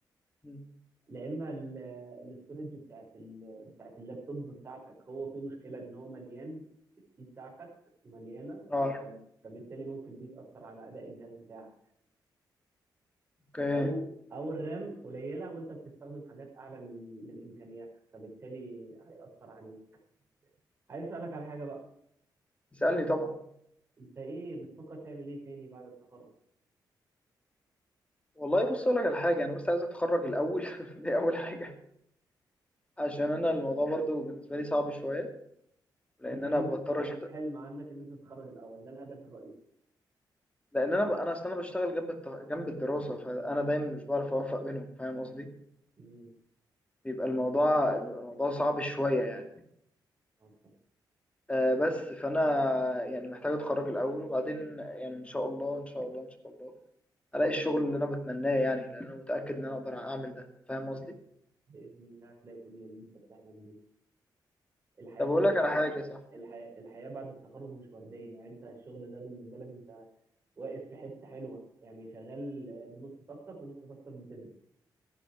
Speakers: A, on the left; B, on the right.
A: مم.
B: لا اما ال- الاستورج بتاعت ال... بتاعت اللابتوب بتاعتك هو في مشكله ان هو مليان السي بتاعتك مليانه
A: اه
B: ف... فبالتالي ممكن دي تاثر على اداء الجهاز بتاعك
A: اوكي
B: او او الرام قليله وانت بتستخدم حاجات اعلى من من امكانياتها فبالتالي هياثر عليك عايز اسالك على حاجه بقى
A: اسالني طبعا
B: انت ايه بتفكر تعمل ايه تاني بعد التخرج
A: والله بص اقول لك على حاجه انا بس عايز اتخرج الاول <laughs> دي اول حاجه عشان انا الموضوع برضو بالنسبه لي صعب شويه لان
B: انت حلم
A: انا بضطر
B: حلم
A: أشت...
B: حلم عندك ان انت تتخرج الاول ده الهدف الرئيسي
A: لان انا ب... انا اصل انا بشتغل جنب الت... جنب الدراسه فانا دايما مش بعرف اوفق بينهم فاهم قصدي
B: امم
A: بيبقى الموضوع بيبقى الموضوع صعب شويه يعني
B: طبعاً، طبعاً.
A: آه، بس فانا يعني محتاج اتخرج الاول وبعدين يعني ان شاء الله ان شاء الله ان شاء الله الاقي الشغل اللي انا بتمناه يعني لان انا متاكد ان انا اقدر اعمل ده فاهم قصدي
B: باذن الله هتلاقي كل اللي انت بتحلم بيه الحياه
A: طب
B: مش
A: اقول
B: ورد
A: لك على حاجه صح
B: الحياة الحياة بعد التخرج مش وردية يعني انت الشغل ده بالنسبة لك انت واقف في حتة حلوة يعني شغال بنص طاقتك ونص طاقتك بتدرس